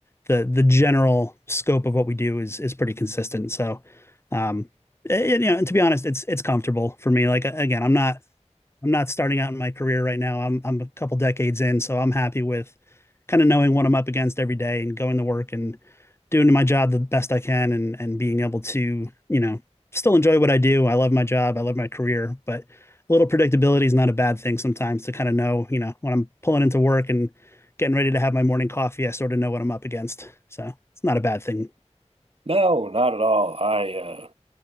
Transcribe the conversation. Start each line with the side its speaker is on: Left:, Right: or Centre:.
Left: the the general scope of what we do is is pretty consistent. So, um, it- you know, and to be honest, it's it's comfortable for me. Like again, I'm not I'm not starting out in my career right now. I'm I'm a couple decades in, so I'm happy with kind of knowing what I'm up against every day and going to work and doing my job the best I can and and being able to, you know, still enjoy what I do. I love my job, I love my career, but a little predictability is not a bad thing sometimes to kind of know, you know, when I'm pulling into work and getting ready to have my morning coffee, I sort of know what I'm up against. So it's not a bad thing.
Right: No, not at all. I, uh,